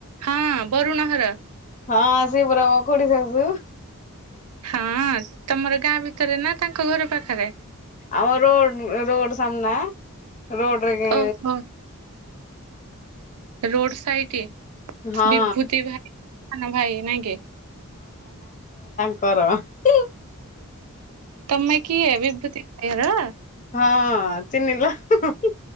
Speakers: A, on the right; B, on the left.
A: ହଁ ବରୁଣ ଘର ।
B: ହଁ ସିଏ ପରା ମୋ ଖୁଡି ସାସୁ ।
A: ହଁ ତମର ଗାଁ ଭିତରେ ନା ତାଙ୍କ ଘର ପାଖରେ ।
B: ଆମ ରୋ ରୋଡ ସାମ୍ନା ରୋଡରେ ।
A: ଓହୋ ରୋଡ ସାଇଡ
B: ହଁ
A: ବିଭୂତି ଭାଇ ଭାଇ ନାଇଁ କି ।
B: କର ।
A: ତମେ କିଏ ବିଭୂତି ଭାଇ ଘର।
B: ହଁ ଚିନିଲ ।